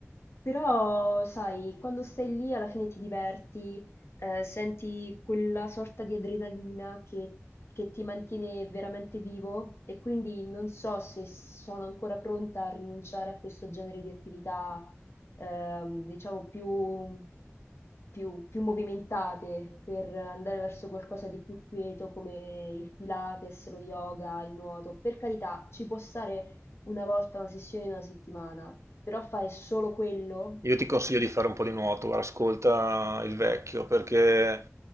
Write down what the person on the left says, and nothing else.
però, sai, quando stai lì alla fine ti diverti, eh, senti quella sorta di adrenalina che, che ti mantiene veramente vivo e quindi non so se sono ancora pronta a rinunciare a questo genere di attività, ehm, diciamo, più, più, più movimentate per andare verso qualcosa di più quieto come il Pilates, lo yoga, il nuoto. Per carità, ci può stare una volta, una sessione in una settimana, però fare solo quello?